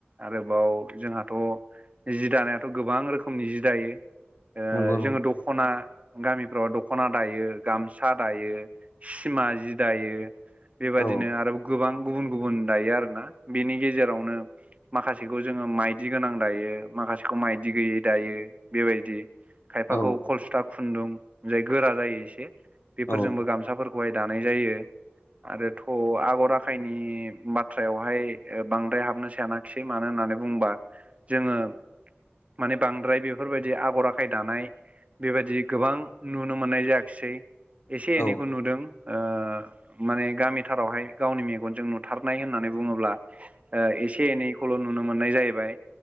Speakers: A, on the right; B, on the left.
A: आरोबाव जोंहाथ' जि दानायाथ' गोबां रोखोमनि जि दायो। ओ
B: नंगौ नंगौ
A: जोङो दख ख'ना, गामिफ्राव दख'ना दायो, गामसा दायो, सिमा जि दायो। बेबायदिनो
B: औ
A: आरो गोबां गुबुन गुबुन दायो आरोना बेनि गेजेरावनो माखासेखौ जोङो माइदि गोनां दायो माखासेखौ माइदि गैयै दायो बेबायदि। खायफाखौ
B: औ
A: खलसुथा खुन्दुं जाय गोरा जायो एसे बेफोरजोंबो
B: औ
A: गामसाफोर खौ हाय दानाय जायो। आरोथ' आगर-आखायनि बाथ्रायावहाय ओ बांद्राय हाबनो साना खिसै मानो होननानै बुङोबा जोङो माने बांद्राय बेफोरबायदि आगर-आखाय दानाय बेबायदि गोबां नुनो मोननाय जायाखिसै एसे
B: औ
A: एनैखौ नुदों ओ माने गामिथारावहाय गावनि मेगनजों नुथारनाय होननानै बुङोब्ला ओ एसे एनैखौल' नुनो मोननाय जाहैबाय।